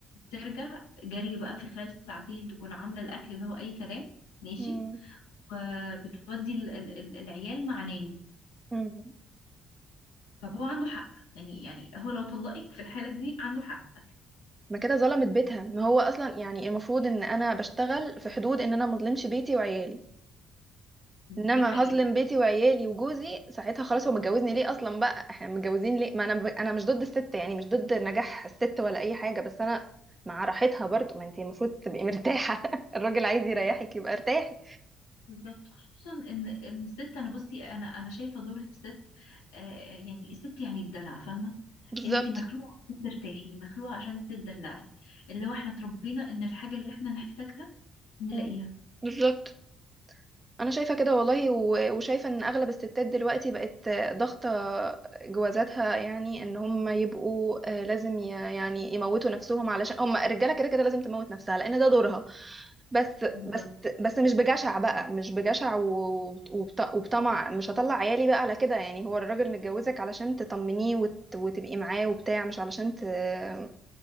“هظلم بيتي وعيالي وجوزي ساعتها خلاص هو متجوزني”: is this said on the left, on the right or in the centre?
Right